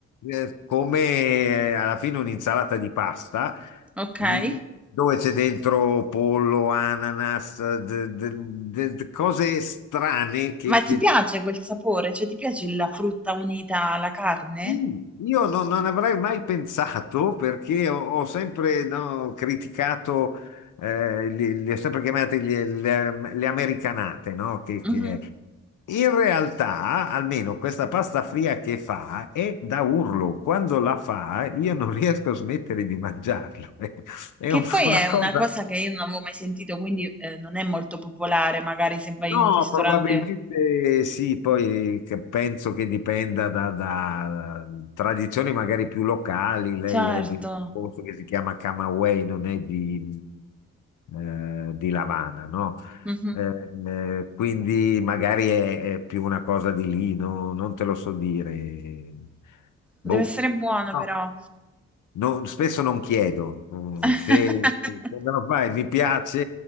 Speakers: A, on the left; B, in the centre.
A: eh, come eh, alla fine un'insalata di pasta,
B: Okay.
A: mh, dove c'è dentro pollo, ananas, d- d- d- d- cose strane che,
B: Ma
A: che
B: ti piace quel sapore? Cioè, ti piace la frutta unita alla carne?
A: Sì, Io non, non avrei mai pensato perché ho, ho sempre no, criticato, eh, li, li ho sempre chiamati gli- le, le americanate, no? Che,
B: Mh-mh.
A: che- In realtà, almeno questa pasta fria che fa è da urlo. Quando la fa, io non riesco a smettere di mangiarla. <laughs> È
B: Che
A: un-
B: poi
A: una
B: è
A: cosa.
B: una cosa che io non avevo mai sentito, quindi, ehm, non è molto popolare, magari se vai
A: No,
B: in un ristorante
A: probabilmente sì, poi che penso che dipenda da, da tradizioni magari più locali. Lei
B: Certo.
A: è di un posto che si chiama Camagüey, non è di, eh, di La Habana, no?
B: Mh-mh.
A: Eh, eh, quindi magari è, è più una cosa di lì, no? Non te lo so dire. Boh.
B: Deve essere buono
A: No,
B: però.
A: non- spesso non chiedo. Mm,
B: <laughs>
A: Se, se me lo fai, mi piace,